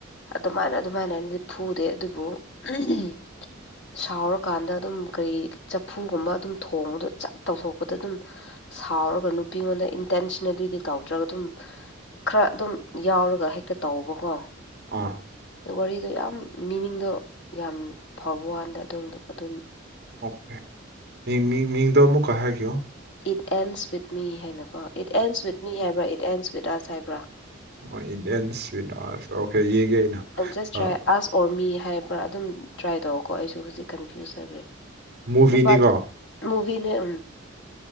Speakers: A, on the left; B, on the right.
A: ꯑꯗꯨꯃꯥꯏꯅ ꯑꯗꯨꯃꯥꯏꯅꯗꯤ ꯐꯨꯗꯦ ꯑꯗꯨꯕꯨ <unintelligible> ꯁꯥꯎꯔꯀꯥꯟꯗ ꯑꯗꯨꯝ ꯀꯔꯤ ꯆꯐꯨꯒꯨꯝꯕ ꯑꯗꯨꯝ ꯊꯣꯡꯕꯗꯣ ꯆꯞ ꯇꯧꯊꯣꯛꯄꯗ ꯑꯗꯨꯝ ꯁꯥꯎꯔꯒ ꯅꯨꯄꯤꯉꯣꯟꯗ ꯏꯟꯇꯦꯟꯁꯅꯦꯜꯂꯤꯗꯤ ꯇꯧꯗ꯭ꯔꯒ ꯑꯗꯨꯝ ꯈꯔ ꯗꯨꯝ ꯌꯥꯎꯔꯒ ꯍꯦꯛꯇ ꯇꯧꯕꯀꯣ
B: ꯑꯣꯃꯥ
A: ꯗꯣ ꯋꯥꯔꯤꯗꯣ ꯌꯥꯝ ꯃꯤꯅꯤꯡꯗꯣ ꯌꯥꯝ ꯐꯕ ꯋꯥꯥꯟꯗ ꯑꯗꯣꯝꯗꯣ ꯑꯗꯨꯝ
B: ꯑꯣ <unintelligible> ꯃꯤ ꯃꯤ ꯃꯤꯡꯗꯣ ꯑꯃꯨꯛꯀ ꯍꯥꯏꯒꯦꯌꯣ
A: ꯏꯠ ꯑꯦꯟꯁ ꯋꯤꯠ ꯃꯤ ꯍꯥꯏꯅꯀꯣ ꯏꯠ ꯑꯦꯟꯁ ꯋꯤꯠ ꯃꯤ ꯍꯥꯏꯕ꯭ꯔꯥ ꯏꯠ ꯑꯦꯟꯁ ꯋꯤꯠ ꯑꯁ ꯍꯥꯏꯕ꯭ꯔꯥ
B: ꯑꯣ ꯏꯟ ꯑꯦꯟꯁ ꯋꯤꯠ ꯑꯁ ꯑꯣꯀꯦ ꯌꯦꯡꯒꯦ ꯑꯩꯅ
A: ꯖꯁ ꯇ꯭ꯔꯥꯏ
B: ꯑꯥ
A: ꯑꯁ ꯑꯣꯔ ꯃꯤ ꯍꯥꯏꯕ꯭ꯔꯥ ꯑꯗꯨꯝ ꯇ꯭ꯔꯥꯏ ꯇꯧꯀꯣ ꯑꯩꯁꯨ ꯍꯧꯖꯤꯛ ꯀꯟꯐ꯭ꯌꯨꯁ ꯆꯠꯔꯦ
B: ꯃꯨꯚꯤꯅꯤꯀꯣ
A: ꯅꯨꯄꯥꯗꯨ ꯃꯨꯚꯤꯅꯦ ꯎꯝ